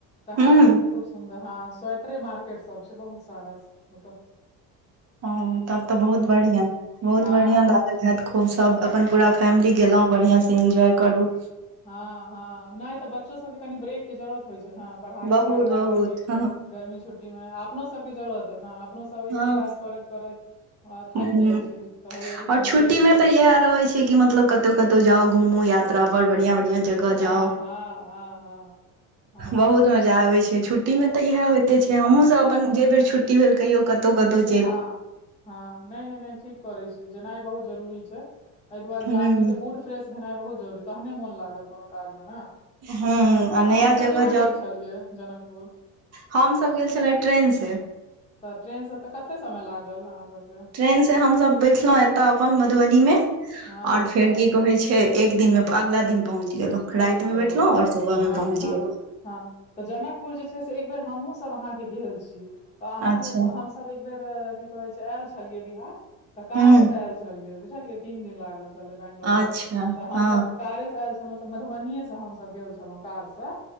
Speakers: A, on the left; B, on the right.
A: तेहन
B: हूं
A: तेहन खूब सुन्दर हँ स्वेटरे मार्केट सब छै बहुत सारा ओतऽ
B: ह तब तऽ बहुत
A: हँ
B: बढ़िया बहुत
A: हँ
B: बढ़िया ला <unintelligible> जैत खूब सब अपन पूरा फैमिली गेलउ बढ़िया से इन्जॉय करू
A: हँ हँ नहि तऽ बच्चो सबके कनि ब्रेकके जरूरत होइ छै ने पढ़ाइ लिखाइके
B: बहुत
A: बाद
B: बहुत
A: कनि
B: हँ
A: गर्मी छुट्टी मे अपनो सबके जरूरत अय ने अपनो सब एके
B: हँ
A: काज करैत करैत अ थाइक
B: हूँ
A: जाइ छी तऽ होइया कि
B: और
A: कनि
B: छुट्टी
A: ब्रेक
B: मे
A: लऽ
B: तऽ
A: ली
B: इएह रहै छै कि मतलब कतौ कतौ जाउ घूमू यात्रा पर बढ़िया बढ़िया जगह
A: हँ
B: जाउ
A: हँ हँ हँ हँ
B: बहुत मजा आबे छै छु ट्टी मे तऽ इहे होइते छै हमहुँ सब अपन जे बेर छुट्टी भेल कहियो कतहु कतहु
A: हँ हँ नइ नइ नइ ठीक करै छी जेनाइ बहुत जरूरी छै एहि दुआरे
B: हूँ
A: जे आदमी के मूड फ्रेश भेनाइ बहुत जरुरी तहने मोन लागत कोनो काज मे ने
B: हूँ आ
A: तऽ
B: नया
A: अहाँ सब
B: जगह
A: केना गेल छलियै जनकपुर
B: हमसब गेल छले ट्रेन से
A: तऽ ट्रेन से कते समय लागल अहाँ सबके
B: ट्रेन से हमस बैठलहुं एतए अपन मधुबनी मे
A: हँ
B: और
A: हँ
B: फेर की कहै छै एक दिनमे अगिला दिन पहुँच गेलहुँ राइतमे
A: ओ
B: बैठलहुँ और सुबहमे
A: हँ
B: पहुँच
A: हँ
B: गेलहुँ '
A: हँ त जनकपुर जे छै से एक बेर हमहुँ सब अहाँके गेल छी तऽ अहाँके
B: अच्छा
A: हम सब एक बेर की कहै छै आयल छलिये बिहार तऽ कारे
B: हूं
A: से आयल छलिये बुझलिये तीन दिन लागल। <unintelligible> चैल बैंगलोरसँ
B: अच्छा
A: तऽ हमस
B: हँ
A: कारे सँ ऐल छलौं त मधुबनीये सँ हम सब गेल छलौं कार से